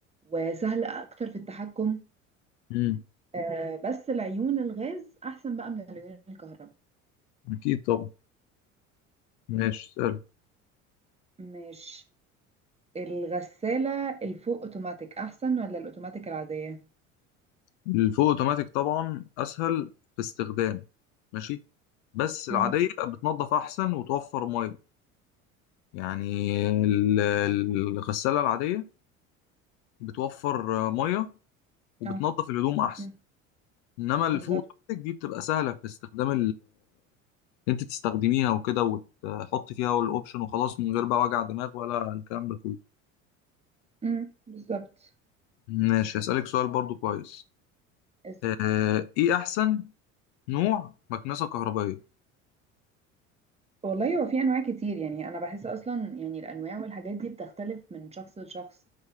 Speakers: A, on the right; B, on the left.
A: وسهل أكتر في التحكم
B: امم
A: آه بس العيون الغاز أحسن بقى من العيون الكهرباء
B: اكيد طبعا ماشي سأل
A: مش الغسالة الفوق اوتوماتيك احسن ولا الاوتوماتيك العادية
B: الفول اوتوماتيك طبعا اسهل في استخدام ماشي بس العادية
A: امم
B: بتنظف احسن وتوفر ميه يعني ال- ال- الغسالة العادية بتوفر ميه وبتنظف
A: اه
B: الهدوم احسن
A: امم
B: انما الفول
A: بالظبط
B: اوتوماتيك دي بتبقى سهلة في استخدام انت تستخدميها وكده وتحطي فيها الاوبشن وخلاص من غير بقى وجع دماغ ولا الكلام ده كله
A: امم بالظبط
B: ماشي هسألك سؤال برضو كويس
A: اس-
B: آه، ايه احسن نوع مكنسة كهربائية
A: والله هو في انواع كتير يعني انا بحس اصلا يعني الانواع والحاجات دي بتختلف من شخص لشخص